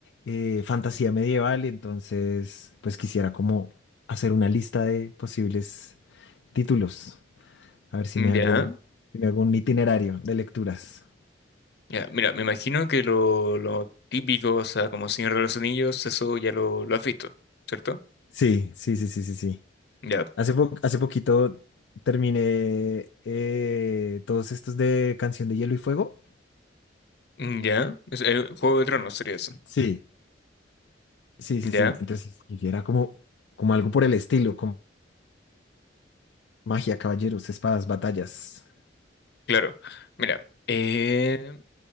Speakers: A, on the left; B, on the left.
A: eh, fantasía medieval, entonces pues quisiera como hacer una lista de posibles títulos, a ver si
B: ¿Ya?
A: me hago, si me hago un itinerario de lecturas.
B: Ya, mira, me imagino que lo, lo típico, o sea, como Señor de los Anillos, eso ya lo, lo has visto, ¿cierto?
A: Sí, sí, sí, sí, sí, sí.
B: Ya,
A: Hace po- hace poquito terminé eh, todos estos de Canción de Hielo y Fuego.
B: ya, es, el Juego de Tronos sería eso.
A: Sí. Sí,
B: ¿Ya?
A: sí, sí. Entonces quisiera como, como algo por el estilo, como magia, caballeros, espadas, batallas.
B: Claro. Mira, eh,